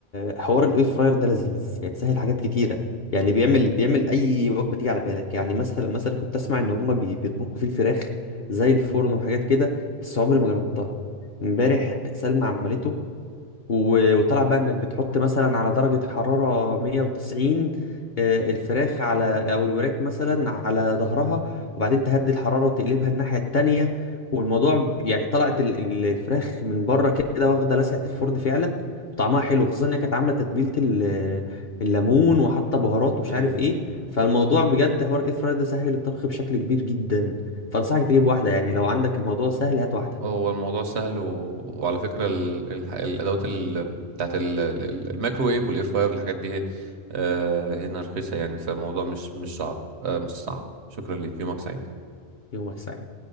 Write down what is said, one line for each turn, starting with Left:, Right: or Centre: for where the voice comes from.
Left: آه، حوار الاير فراير ده لذيذ يعني سهل حاجات كتيره يعني بيعمل بيعمل اي وجبه تيجي على بالك يعني مثلا مثلا كنت اسمع ان هم بيطبخوا فيه الفراخ زي الفرن وحاجات كده بس عمري ما جربتها امبارح سلمى عملته و- وطلع بقى انك بتحط مثلا على درجة حرارة 190 آه، الفراخ على او الوراك مثلا على ظهرها وبعدين تهدي الحرارة وتقلبها الناحية التانية والموضوع ب- يعني طلعت ال- ال- الفراخ من بره كده واخدة لسعة الفرن فعلا وطعمها حلو خصوصا انها كانت عاملة تتبيلة ال- الليمون وحاطة بهارات ومش
Right: امم
Left: عارف ايه فالموضوع بجد حوار الاير فراير ده سهل الطبخ بشكل كبير جدا فانصحك تجيب واحدة يعني لو عندك الموضوع سهل هات واحدة
Right: هو الموضوع سهل و... وعلى فكرة ال... ال... الادوات ال... بتاعت ال... ال- الميكروويف والاير فاير والحاجات دي آه، هنا رخيصة يعني فالموضوع مش مش صعب آه، مش صعب شكرا ليك يومك سعيد
Left: يومك سعيد